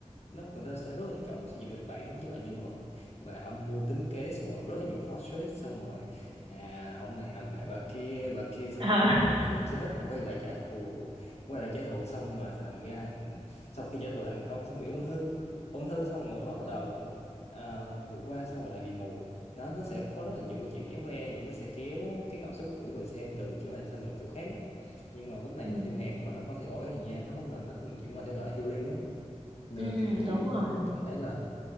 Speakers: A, on the left; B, on the right.
A: nó người ta sẽ rất là chú trọng vào xây dựng kịch bản với lại nhân vật và âm mưu tính kế xong rồi rất là nhiều plot twist xong rồi à, ông này hãm hại bà kia bà kia xong
B: Hả?
A: rồi không chết quay lại trả thù quay lại trả thù xong rồi thành ra sau khi trả thù thành công xong bị ung thư ung thư xong rồi bắt đầu à, vượt qua xong rồi lại bị mù nó nó sẽ có rất là nhiều câu chuyện éo le vậy nó sẽ kéo cái cảm xúc của người xem từ chỗ này sang được chỗ khác á. nhưng mà lúc này
B: Ừ.
A: là phim Hàn bắt đầu có thay đổi thì nha nó bắt đầu nó chuyển qua thể loại healing á nên
B: ừ
A: là tôi cũng
B: đúng rồi
A: cũng cảm thấy là